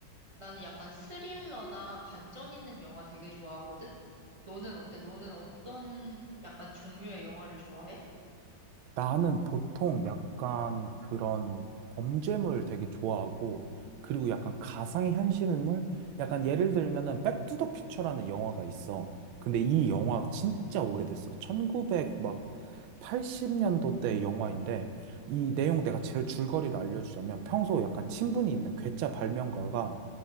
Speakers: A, on the right; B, on the right.
A: 나는 약간 스릴러나 반전 있는 영화 되게 좋아하거든? 너는 어때? 너는 어떤 약간 종류의 영화를 좋아해?
B: 나는 보통 약간 그런 범죄물 되게 좋아하고 그리고 약간 가상의 현실물? 약간 예를 들면은 백투더 퓨처라는 영화가 있어. 근데 이 영화 진짜 오래됐어. 1 9백막 80년도 때 영화인데 이 내용 내가 제일 줄거리를 알려주자면 평소 약간 친분이 있는 괴짜 발명가가